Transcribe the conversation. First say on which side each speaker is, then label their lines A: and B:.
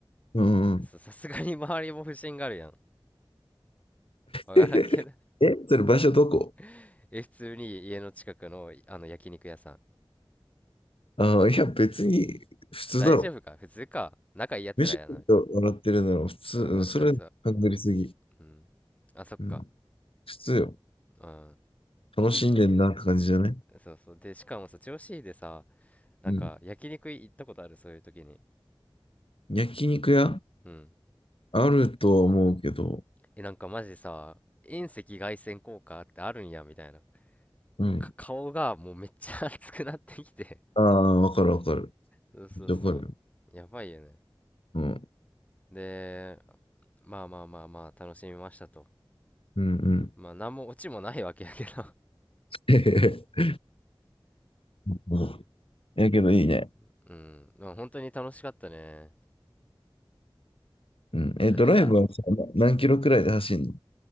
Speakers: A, on the left; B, on the left.
A: うんうん。
B: さ、さすがに周りも不審があるやん。わからんけど。
A: <laughs> え、それ場所どこ
B: <laughs> え、普通に家の近くの、あの焼肉屋さ
A: ああー、いや、別に普通だろ。
B: ん。大丈夫か普通か。仲いいやつらやな、
A: 飯食って笑ってるなら普通、
B: みたいな。
A: うんそれ、
B: あそうそうそう。
A: ハングりすぎ。
B: うん。あ、そっか。
A: うん。普通よ。
B: うん。
A: 楽しんでんなって感じじゃない
B: そうそう。で、しかもさ、調子いいでさ、なんか焼肉行ったことある、
A: うん。
B: そういう時に。
A: 焼肉屋
B: うん。
A: あるとは思うけど、
B: え、なんかマジさ、遠赤外線効果ってあるんや、みたいな。
A: うん。
B: か顔がもうめっちゃ <laughs> 熱くなってきて
A: ああ、わかるわかる。
B: そうそうそう。
A: めっちゃわかるよ。
B: やばいよね。
A: うん。
B: で、まあまあまあまあ、楽しみましたと。
A: うんうん。
B: まあ、なんもオチもないわけやけど
A: <laughs> うん。やけどいいね。
B: <laughs> うん。まあ、本当に楽しかったね。
A: うん。えっと、
B: だってさ、
A: ドライブはさ、な何キロくらいで走んの